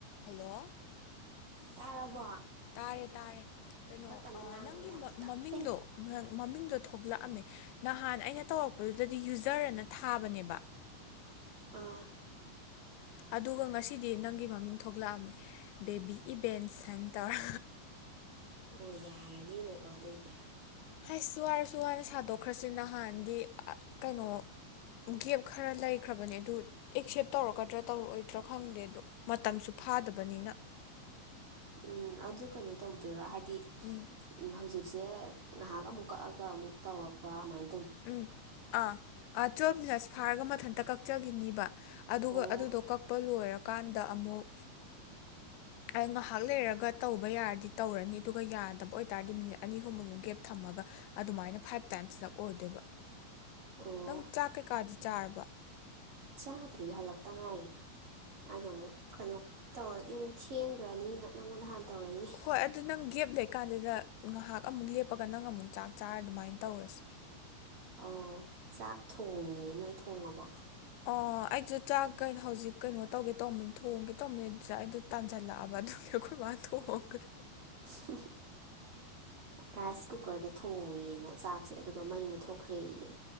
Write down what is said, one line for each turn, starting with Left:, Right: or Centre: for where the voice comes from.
Left: hello
Right: ꯇꯥꯔꯕꯣ
Left: ꯇꯥꯔꯦ ꯇꯥꯔꯦ ꯀꯩꯅꯣ
Right: ꯈꯔ ꯀꯟꯅ ꯉꯥꯡꯉꯛꯑꯣ
Left: ꯅꯪꯒꯤ
Right: ꯌꯥꯝ ꯇꯞꯄꯦ
Left: ꯃꯃꯤꯡꯗꯣ ꯃꯃꯤꯡꯗꯣ ꯊꯣꯛꯂꯛ ꯑꯝꯃꯦ ꯅꯍꯥꯟ ꯑꯩꯅ ꯇꯧꯔꯛꯄꯗꯨꯗꯗꯤ ꯌꯨꯖꯔ ꯑꯅ ꯊꯥꯕꯅꯦꯕ
Right: ꯑꯥ
Left: ꯑꯗꯨꯒ ꯉꯁꯤꯗꯤ ꯅꯪꯒꯤ ꯃꯃꯤꯡ ꯊꯣꯛꯂꯛꯑꯝꯃꯦ ꯕꯦꯕꯤ ꯏꯚꯦꯟ ꯁꯦꯟꯇꯔ
Right: ꯑꯣ ꯌꯥꯔꯅꯤꯅꯦꯀꯣ ꯑꯗꯨꯑꯣꯏꯗꯤ
Left: ꯍꯁꯁꯨ ꯋꯥꯔꯁꯨ ꯋꯥꯅ ꯁꯥꯗꯣꯛꯈ꯭ꯔꯁꯤ ꯅꯍꯥꯟꯗꯤ ꯀꯩꯅꯣ ꯒꯦꯞ ꯈꯔ ꯂꯩꯈ꯭ꯔꯕꯅꯦ ꯑꯗꯨ ꯑꯦꯛꯁꯦꯞ ꯇꯧꯔꯛꯀꯗ꯭ꯔꯥ ꯇꯧꯔꯛꯑꯣꯏꯗ꯭ꯔꯥ ꯈꯪꯗꯦ ꯑꯗꯣ ꯃꯇꯝꯁꯨ ꯐꯥꯗꯕꯅꯤꯅ
Right: ꯎꯝ ꯑꯗꯨ ꯀꯩꯅꯣ ꯇꯧꯗꯣꯏꯔꯥ ꯍꯥꯏ ꯗꯤ
Left: ꯎꯝ
Right: ꯎꯝ ꯍꯧꯖꯤꯛꯁꯦ ꯉꯍꯥꯛ ꯑꯃꯨꯛ ꯀꯛꯑꯒ ꯑꯃꯨꯛ ꯇꯧꯔꯛꯄ ꯑꯃꯥꯏꯅ
Left: ꯎꯝ ꯑꯥ ꯑꯥ ꯇ꯭ꯋꯦꯜꯞ ꯃꯤꯅꯠꯁ ꯐꯥꯔꯒ ꯃꯊꯟꯇ ꯀꯛ ꯆꯒꯤꯅꯤꯕ ꯑꯗꯨꯒ
Right: ꯑꯣ
Left: ꯑꯗꯨꯗꯣ ꯀꯛꯄ ꯂꯣꯏꯔꯀꯥꯟꯗ ꯑꯃꯨꯛ ꯉꯥꯏꯍꯥꯛ ꯂꯩꯔꯒ ꯇꯧꯕ ꯌꯥꯔꯗꯤ ꯇꯧꯔꯅꯤ ꯑꯗꯨꯒ ꯌꯥꯗꯕ ꯑꯣꯏꯇꯥꯔꯗꯤ ꯃꯤꯅꯤꯠ ꯑꯅꯤ ꯑꯍꯨꯝꯃꯨꯛ ꯒꯦꯞ ꯊꯝꯃꯒ ꯑꯗꯨꯃꯥꯏꯅ ꯐꯥꯏꯚ ꯇꯥꯏꯝꯁ ꯂꯛ ꯑꯣꯏꯗꯕ
Right: ꯑꯣ
Left: ꯅꯪ ꯆꯥꯛ ꯀꯩ ꯀꯥꯗꯤ ꯆꯥꯔꯕꯣ
Right: ꯆꯥꯗ꯭ꯔꯤꯌꯦ ꯍꯜꯂꯛꯇ ꯉꯥꯏꯔꯤ ꯑꯩꯅ ꯑꯃꯨꯛ ꯀꯩꯅꯣ ꯇꯧꯔꯗꯤ ꯑꯃꯨꯛ ꯊꯦꯡꯒ꯭ꯔꯅꯤꯅ ꯅꯪꯉꯣꯟꯗ ꯍꯥꯟꯅ ꯇꯧꯔꯛꯏꯅꯦ
Left: ꯍꯣꯏ ꯑꯗꯨ ꯅꯪ ꯒꯦꯞ ꯂꯩꯀꯥꯟꯗꯨꯗ ꯉꯍꯥꯛ ꯑꯃꯨꯛ ꯂꯦꯞꯄꯒ ꯅꯪ ꯑꯃꯨꯛ ꯆꯥꯛ ꯆꯥꯔ ꯑꯗꯨꯃꯥꯏ ꯇꯧꯔꯁꯤ
Right: ꯑꯧ ꯆꯥꯛ ꯊꯣꯡꯉꯤꯦ ꯅꯣꯏ ꯊꯣꯡꯉꯕꯣ
Left: ꯑꯣ ꯑꯩꯁꯨ ꯆꯥꯛ ꯀꯩꯅꯣ ꯍꯧꯖꯤꯛ ꯀꯩꯅꯣ ꯇꯧꯒꯦ ꯇꯧꯕ ꯊꯣꯡꯒꯦ ꯇꯧꯕꯅꯤ ꯑꯗꯨꯗ ꯑꯩꯗꯣ ꯇꯥꯟꯖꯜꯂꯛꯑꯕ ꯑꯗꯨꯒꯤ ꯑꯩꯈꯣꯏ ꯃꯥ ꯊꯣꯡꯈ꯭ꯔꯦ
Right: ꯍꯨꯝ ꯍꯨꯝ ꯔꯥꯏꯁ ꯀꯨꯀꯔꯗ ꯊꯣꯡꯉꯦꯅ ꯆꯥꯛꯁꯦ ꯑꯗꯨꯒ ꯃꯩ ꯃꯨꯠꯊꯣꯛꯈ꯭ꯔꯦꯌꯦ